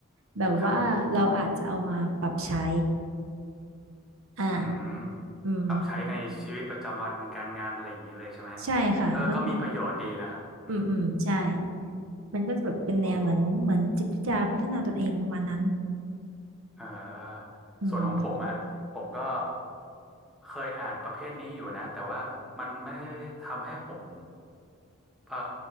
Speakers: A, on the right; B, in the centre.
A: แบบว่าเราอาจจะเอามาปรับใช้
B: ครับ
A: อ่า
B: อืม
A: อืม
B: ปรับใช้ในชีวิตประจำวันการงานอะไรอย่างนี้เลยใช่ไหมฮะเออก็มีประโยชน์ดีนะครับอืม
A: ใช่ค่ะมันอืมอืมใช่มันก็จะแบบเป็นแนวเหมือนเหมือนจิตวิทยาพัฒนาตนเองประมาณนั้น
B: โอ้โห อ่าส่วนของผมอะผมก็
A: อืม
B: เคยอ่านประเภทนี้อยู่นะแต่ว่ามันไม่ทำให้ผมเอ่อ